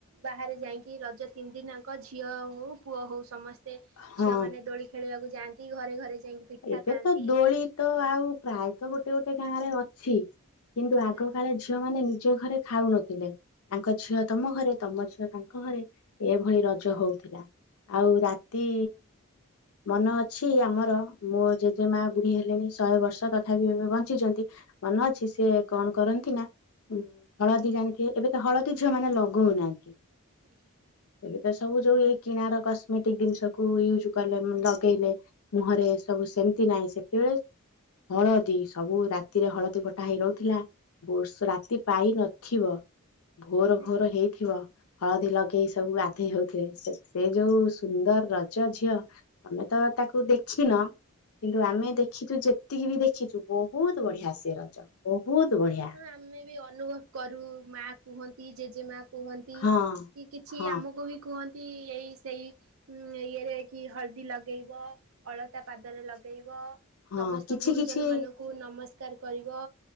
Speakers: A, on the right; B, on the left.
A: ବାହାରେ ଯାଇକି ରଜ ତିନି ଦିିନଙ୍କ ଝିଅ ହଉ ପୁଅ ହଉ ସମସ୍ତେ
B: ହଁ
A: ଝିଅ ମାନେ ଦୋଳି ଖେଳିବାକୁ ଯାଆନ୍ତି ଘରେ ଘରେ ଯାଇକି ପିଠା
B: ଏବେ
A: ଖାଆନ୍ତି।
B: ତ ଦୋଳି ତ ଆଉ ପ୍ରାୟତ ଗୋଟେ ଗୋଟେ ଗାଁ ରେ ଅଛି। କିନ୍ତୁ
A: ଆଜ୍ଞା
B: ଆଗ
A: ଆଜ୍ଞା
B: କାଳେ ଝିଅ ମାନେ ନିଜ ଘରେ ଖାଉନଥିଲେ ତାଙ୍କ ଝିଅ
A: ଆଜ୍ଞା
B: ତମ ଘରେ ତମ ଝିଅ ତାଙ୍କ ଘରେ ଏଭଳି ରଜ ହଉ। ଥିଲା ଆଉ ରାତି ମନ ଅଛି ଆମର ମୋ ଜେଜେ ମା ବୁଢୀ ହେଲେଣି ଶହେ ବର୍ଷ ତଥାପି ଏବେ ବଞ୍ଚିଛନ୍ତି। ମନ ଅଛି ସିଏ କଣ କରନ୍ତି ନା ହଳଦୀ ଜାଣିଥିବେ ଏବେ ତ ହଳଦୀ ଝିଅ ମାନେ ଲଗଉନାହାଁନ୍ତି।
A: ଆଜ୍ଞା
B: ହେ ତ ସବୁ ଯୋଉ ଏଇ କିଣାର କସ୍ମେଟିକ ଜିନିଷ କୁ ୟୁଜ କଲେ ଲଗେଇଲେ। ମୁହଁରେ ସବୁ ସେମତି ନାହିଁ ସେତେବେଳେ ହଳଦୀ ସବୁ ରାତିରେ ହଳଦୀ ଫଟା ହେଇ ରହୁଥିଲା। ବର୍ଷ ରାତି ପାଇ ନଥିବ ଭୋର
A: ଆଜ୍ଞା
B: ଭୋର ହେଇଥିବ। ହଳଦୀ ଲଗେଇ ସବୁ ଗାଧେଇ ହଉଥିଲେ ସେ ଯୋଉ ସୁନ୍ଦର ରଜ ଝିଅ। ତମେ ତ ତାକୁ ଦେଖିନ? କିନ୍ତୁ ଆମେ
A: ଆଜ୍ଞା।
B: ଦେଖିଛୁ ଯେତିକି ବି ଦେଖିଛୁ ବହୁତ ବଢିଆ ସେ ରଜ ବହୁତ ବଢିଆ।
A: ହଁ ଆମେ ବି ଅନୁଭବ କରୁ ମା କୁହନ୍ତି ଯେଜେ ମା କୁହନ୍ତି
B: ହଁ
A: କି କିଛି
B: ହଁ
A: ଆମକୁ ବି କୁହନ୍ତି ଏଇ ସେଇ ଉଁ ଇଏରେ କି ହଳଦୀ ଲଗେଇବ ଅଳତା ପାଦରେ ଲଗେଇବ।
B: ହଁ
A: ସମସ୍ତ
B: କିଛି
A: ଗୁରୁଜନ
B: କିଛି
A: ମାନଙ୍କୁ ନମସ୍କାର କରିବ।